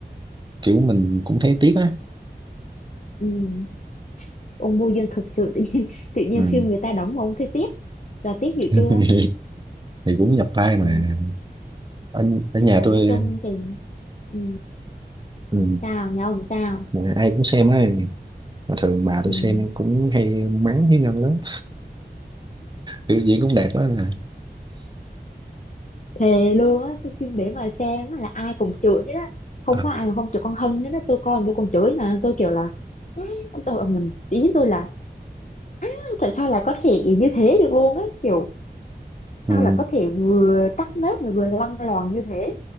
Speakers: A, on the right; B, on the left.
A: kiểu mình cũng thấy tiếc á
B: ừ. ông Bùi Dương thực sự tự nhiên, <laughs> tự nhiên
A: ừ.
B: phim người ta đóng mà ông thấy tiếc là tiếc
A: <laughs>
B: dữ chưa
A: thì cũng nhập vai
B: ừ.
A: mà ở, ở
B: nhưng
A: nhà
B: mà
A: tôi
B: nói chung thì ừ.
A: ừ.
B: sao nhau không sao
A: mà ai cũng xem ấy mà thường bà tôi
B: ừ.
A: xem cũng hay mắng với Ngân lắm biểu diễn cũng đẹp quá mà
B: thề luôn á cái phim để mà xem á là ai cũng chửi hết á không
A: à,
B: có ai mà không chửi con Hân hết á tôi coi mà tôi còn chửi mà tôi kiểu là "Á", tôi mình ý tôi là "Á, tại sao lại có thể như thế được luôn á kiểu sao
A: ừ.
B: là có thể vừa tắc nết mà vừa lăng loàn như thế